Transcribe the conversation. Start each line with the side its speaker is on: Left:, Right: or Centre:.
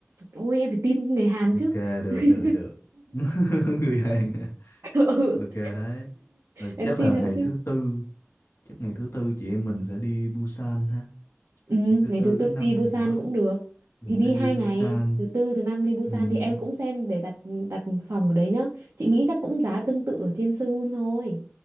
Right: ôi em phải tin người Hàn chứ
Left: ok được
Right: <laughs>
Left: được được <laughs> người Hàn à?
Right: ừ.
Left: ok đấy rồi
Right: em
Left: chắc
Right: tin
Left: là ngày
Right: họ chứ
Left: thứ tư chắc ngày thứ tư chị em mình sẽ đi Busan ha
Right: ừ,
Left: ngày thứ
Right: ngày
Left: tư
Right: thứ tư
Left: thứ năm
Right: đi Busan
Left: gì đó
Right: cũng được
Left: mình
Right: thì
Left: sẽ
Right: đi
Left: đi
Right: hai
Left: Busan
Right: ngày thứ tư thứ năm đi Busan
Left: Ừm,
Right: thì em cũng xem để đặt đặt phòng ở đấy nhá chị nghĩ chắc cũng giá tương tự ở trên Seoul thôi